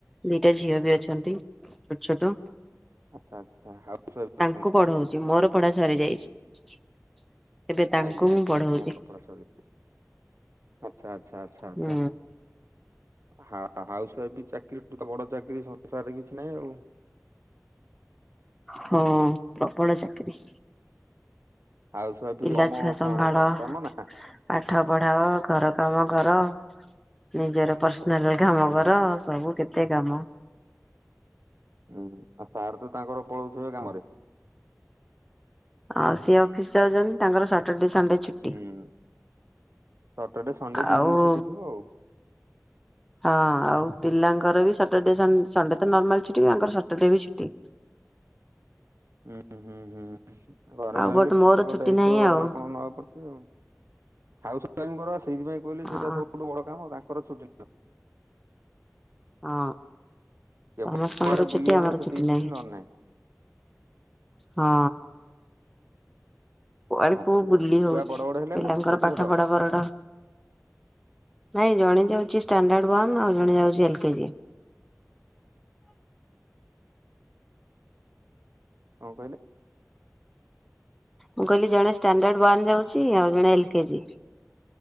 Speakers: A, in the centre; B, on the right (about 55°).
A: ଦିଟା ଝିଅ ବି ଅଛନ୍ତି ଛୋଟ ଛୋଟ।
B: ଆଚ୍ଛା ଆଚ୍ଛା ହାଉସ ୱାଇଫ ଅଛନ୍ତି
A: ତାଙ୍କୁ ପଢଉଛି। ମୋର ପଢା ସରିଯାଇଛି। ଏବେ ତାଙ୍କୁ
B: ଆଜ୍ଞା
A: ମୁଁ
B: ଆଜ୍ଞା
A: ପଢଉଛି।
B: ଆପଣଙ୍କର ପଢା ସରିଲା। ଆଚ୍ଛା ଆଚ୍ଛା ଆଚ୍ଛା ଆଚ୍ଛା।
A: ହୁଁ
B: ହଁ ହାଉସ ୱାଇଫ୍ ଚାକିରିଠୁ ତ ବଡ ଚାକିରୀ ସଂସାରରେ କିଛି ନାହିଁ ଆଉ।
A: ହଁ ପ୍ରବଳ ଚାକିରି।
B: ହାଉସ ୱାଇଫ
A: ପିଲା
B: ରେ କମ
A: ଛୁଆ ସମ୍ଭାଳ
B: କାମ ନା
A: ପାଠ ପଢାଅ ଘର କାମ କର ନିଜର ପର୍ସନାଲ କାମ
B: ହୁଁ।
A: କର। ସବୁ କେତେ କାମ।
B: ହୁଁ ଆଉ ସାର୍ ତ ତାଙ୍କର ପାଲଉଥିବେ କାମରେ।
A: ଆଉ ସିଏ ଅଫିସ ଯାଉଛନ୍ତି। ତାଙ୍କର ସଟରଡେ, ସନଡେ ଛୁଟି।
B: ହୁଁ। ସଟରଡେ ସଣ୍ଡେ
A: ଆଉ
B: ଦି ଦିନ ଛୁଟି ଥିବ ଆଉ
A: ହଁ ଆଉ ପିଲାଙ୍କର ବି ସଟରଡେ ସ ସଣ୍ଡେ ତ ନର୍ମାଲ ଛୁଟି ତାଙ୍କର ସଟରଡେ ବି ଛୁଟି।
B: ହୁଁ ହୁଁ ହୁଁ, ଘରେ
A: ଆଉ
B: ରହିଲେ
A: ବଟ୍
B: ପିଲାଙ୍କ
A: ମୋର ଛୁଟି
B: ଦାୟିତ୍ୱ
A: ନାହିଁ ଆଉ
B: ଆପଣଙ୍କୁ ନବାକୁ ପଡୁଥିବ। ହାଉସ୍ ୱାଇଫ୍ ଙ୍କର ସେଇଥିପାଇଁ କହିଲି
A: ହଁ
B: ସେଇଟା ସବୁଠୁ ବଡ କାମ। ତାଙ୍କର ଛୁଟି ନହିଁ।
A: ହଁ
B: କେବଳ
A: ସମସ୍ତଙ୍କର
B: କୁଆଡେ ବୁଲିଗଲେ
A: ଛୁଟି ଆମର
B: ସେତିକି
A: ଛୁଟି ନାହିଁ।
B: ନହେଲେ
A: ହଁ। କୁଆଡେ
B: କଣ
A: କୋଉ
B: କରିବା
A: ବୁଲିହୋଉଛି।
B: ଆଉ ଛୁଆ ବଡ ବଡ ହେଲେ
A: ପିଲାଙ୍କର
B: ନା ଛୋଟ
A: ପାଠ
B: ଛୋଟ
A: ପଢା ପରଠୁ ନାଇଁ ଜଣେ ଯାଉଛି ଷ୍ଟାଣ୍ଡାର୍ଡ ୱାନ। ଆଉ ଜଣେ ଯାଉଛି ଏଲ କେ ଜି।
B: କଣ କହିଲେ?
A: ମୁଁ କହିଲି ଜଣେ ଷ୍ଟାଣ୍ଡାର୍ଡ ୱାନ ଯାଉଛି। ଆଉ ଜଣେ ଏଲ୍ କେ ଜି।